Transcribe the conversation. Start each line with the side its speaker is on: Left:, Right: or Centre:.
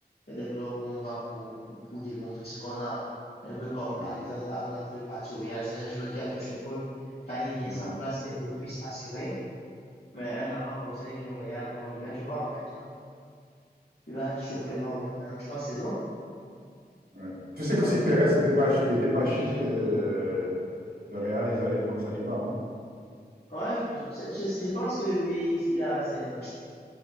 Left: Il y a des clubs où on va pour, pour, pour démontrer ce qu'on a. Un peu comme
Right: Ouais.
Left: Alexandre Arnold en parti au Real. C'est un joueur qui a fait ses preuves. Quand il vient,
Right: Mm,
Left: sa place est d'office assurée. Mais un enfant comme ça, il vient au Real, on va le mettre au banc, en fait, tu vois. Il va chauffer le banc au moins pendant trois saisons,
Right: mm, ouais. Tu sais
Left: on
Right: que
Left: va
Right: si
Left: dire.
Right: Pérez n'était pas, était pas chiche, euh, le Real, ils allaient prendre Saliba. hein.
Left: Ouais, je, je, je pense que lui, il a, c'est,